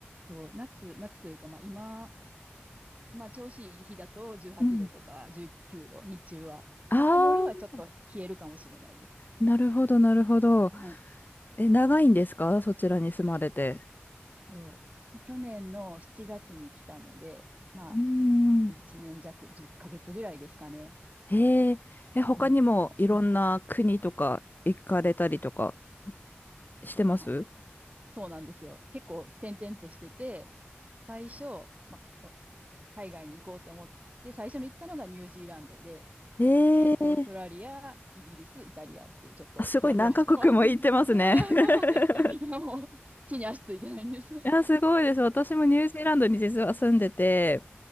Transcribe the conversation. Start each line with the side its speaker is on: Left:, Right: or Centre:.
Right: と夏、夏というか、まあ今、まあ調子いい日だと18度とか19度、
Left: うん。
Right: 日中は。
Left: ああ、
Right: ただ夜はちょっと冷えるかもしれないです。
Left: なるほど、なるほど。
Right: はい。
Left: え、長いんですかそちらに住まれて。
Right: そう。去年の7月に来たので、まあ、
Left: うーん。
Right: 1年弱、10ヶ月ぐらいですかね。
Left: へえ。え、他にもいろんな国とか行かれたりとか
Right: うん。あ、うん。
Left: してます
Right: あ、そうなんですよ。結構転々としてて、最初、まあ、海外に行こうって思って、最初に行ったのがニュージーランドで、
Left: ええ。
Right: で、オーストラリア、イギリス、イタリアっていう、ちょっとフラフラしてます。
Left: あすごい何カ国も行ってますね。
Right: <laughs> そう。
Left: <laughs>
Right: 今もう、地に足ついてないんです。
Left: いや、すごいです。私もニュージーランドに実は住んでて、